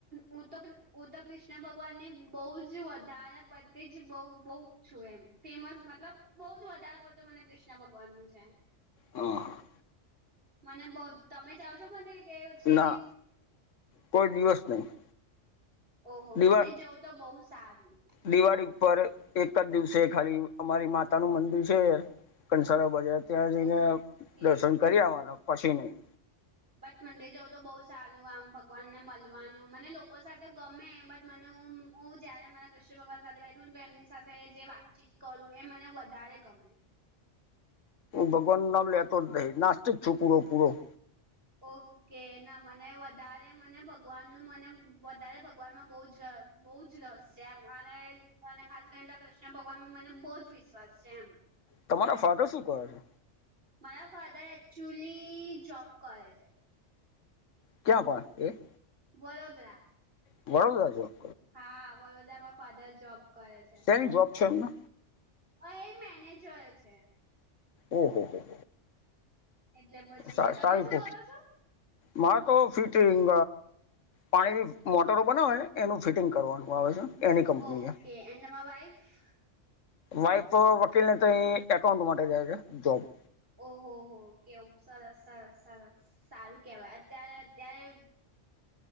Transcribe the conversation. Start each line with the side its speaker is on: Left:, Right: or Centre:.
Right: હું તો હું તો કૃષ્ણ ભગવાનની બહુ જ વધારે પતિ જ બહુ બહુ છું એમ- ફેમસ મતલબ બહુ જ વધારે બધું મને કૃષ્ણ ભગવાન નું છે.
Left: હા
Right: મને બવ તમે જાવ છો મને કે- પછી
Left: ના કોઈ દિવસ નહી-
Right: ઓહો
Left: દિવા
Right: મંદિર જવું તો બહુ સારું.
Left: દિવાળી ઉપર એક જ દિવસે ખાલી અમારી માતા નું મંદિર છે. કંસાર બજાર ત્યાં જઈને
Right: ઓકે
Left: દર્શન કરી આવવાના પછી નઈ-
Right: બટ મંદિર જવ તો બહુ સારું આમ ભગવાનને મળવાનું મને લોકો સાથે ગમે બટ મને હું- હું જયારે મારા કૃષ્ણ ભગવાન સાથે બેઠું તો એમની સાથે જે વાતચીત કરું એ મને વધારે ગમે-
Left: ભગવાન નું નામ લેતો જ નથી નાસ્તિક છું પૂરો પૂરો-
Right: ઓકે ના મને વધારે મને ભગવાનનું મને વધારે ભગવાનમાં બહુ જ રસ. બહુ જ રસ છે એમ અને અને ખાસ કરીને કૃષ્ણ ભગવાનમાં મને બહુ જ વિશ્વાસ છે એમ.
Left: તમારા ફાધર શું કરે છે?
Right: મારા ફાદર એક્ચુલી જોબ કરે છે.
Left: ક્યાં પણ એ
Right: વરોદરા-
Left: વડોદરા સે કે -
Right: હા વડોદરા માં ફાધર જોબ કરે છે
Left: જબ છે એને
Right: અ એ મેનેજર છે
Left: ઓ હો હો
Right: એટલે પછી
Left: સાારી
Right: તમે શું
Left: પ
Right: કરો છો?
Left: મા તો ફિટિંગ પાણીની મોટરો બનાવે ને એનું ફિટિંગ કરવાનું આવે છે એની કંપની
Right: ઓકે
Left: છે
Right: એન્ડ તમારા વાઈફ-
Left: વાઈફ વકીલ ને ત્યાં એકાઉન્ટ માટે જાય છે જોબ-
Right: ઓહ હો કેવ સરાસ સરસ - સારું કેવાય અત્યારે અત્યારે-